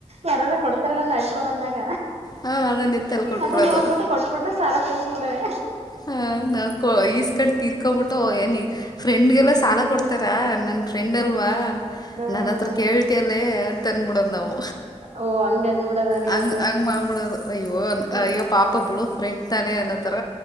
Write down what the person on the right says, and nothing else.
ಯಾರಾರ ಕೊಡ್ತಾರಲ್ಲ ನೆಂಟ್ರು ಬಂದಾಗ
ಅದನ್ನ ಹೋಗ್ಬಿಟ್ಟು ಕೊಟ್ಬಿಟ್ರೆ ಸಾಲ ತಿರ್ಸ್ಬಿಡವೆ
ಹ್ಮ
ಹ
ಓ ಹಂಗ ಅನ್ಬಿಡದ ನೀವು
ಹ್ಮ